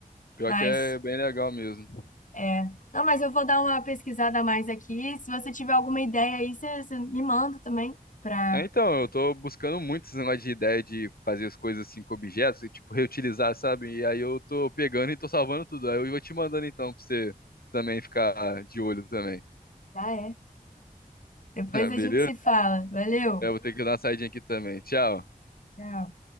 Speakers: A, on the left (about 80°); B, on the left (about 60°).
A: Pior
B: Mas,
A: que é bem legal mesmo.
B: é. Não, mas eu vou dar uma pesquisada a mais aqui. Se você tiver alguma ideia aí, você, você me manda também pra.
A: É, então, eu tô buscando muito esse negócio de ideia de fazer as coisas assim com objetos e, tipo, reutilizar, sabe? E aí eu tô pegando e tô salvando tudo. Aí eu vou te mandando então pra você também ficar de olho também.
B: Ah, é. Depois
A: <laughs>
B: a
A: Beleza?
B: gente se fala. Valeu!
A: Eu vou ter que dar uma saidinha aqui também. Tchau.
B: Tchau.